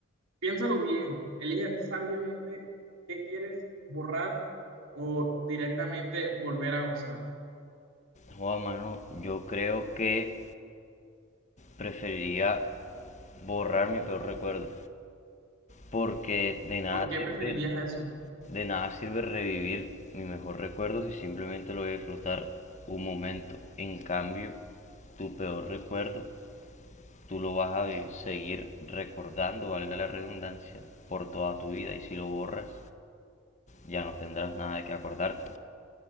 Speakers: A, on the right; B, on the left.
A: piénsalo bien, elige sabiamente qué quieres borrar o directamente volver a gozar.
B: Joda, mano, yo creo que preferiría borrar mi peor recuerdo, porque de nada
A: ¿Por qué
B: sirve,
A: preferirías eso?
B: de nada sirve revivir mi mejor recuerdo si simplemente lo voy a disfrutar un momento. En cambio, tu peor recuerdo, tú lo vas a vi- seguir recordando, valga la redundancia, por toda tu vida y si lo borras, ya no tendrás nada de que acordarte,